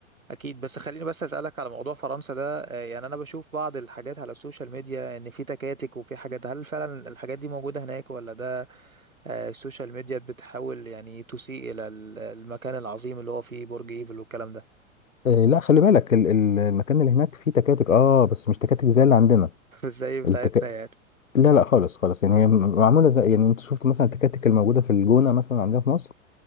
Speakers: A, on the right (about 85°); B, on the left (about 75°).
A: اكيد بس خليني بس اسالك على موضوع فرنسا ده آه، يعني انا بشوف بعض الحاجات على السوشيال ميديا ان في تكاتك وفي حاجات هل فعلا الحاجات دي موجودة هناك ولا ده آه، السوشيال ميديا بتحاول يعني تسيء الى ال- المكان العظيم اللي هو فيه برج ايفل والكلام ده
B: آه لا خلي بالك ال... ال- المكان اللي هناك فيه تكاتك اه بس مش تكاتك زي اللي عندنا
A: <laughs> ازاي بتاعتنا
B: التك...
A: يعني
B: لا لا خالص خالص يعني هي م- معمولة زي يعني انت شفت مثلا التكاتك الموجودة في الجونة مثلا عندنا في مصر